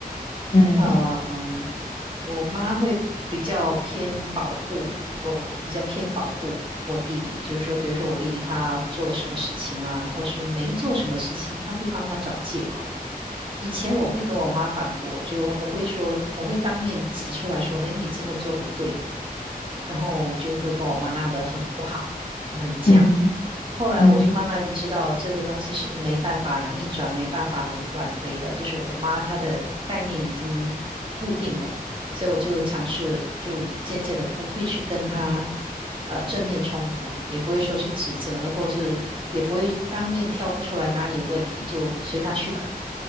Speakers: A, on the left; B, on the right.
A: 嗯
B: 嗯，我妈会比较偏保护，我比较偏保护我弟弟，就是说，比如说我弟弟他做了什么事情啊，或是没做什么事情，他会帮他找借口。以前我会跟我妈反驳，就我会说，我会当面指出来说，诶，你这么做不对。然后就会跟我妈闹得很不好，很僵。
A: 嗯
B: 后来我就慢慢知道这个东西是没办法逆转、
A: 嗯，
B: 没办法挽回的，就是我妈她的概念已经固定了，所以我就尝试，就渐渐的不会去跟她呃正面冲突，也不会说去指责，或是也不会当面挑出来哪里有问题，就随她去吧。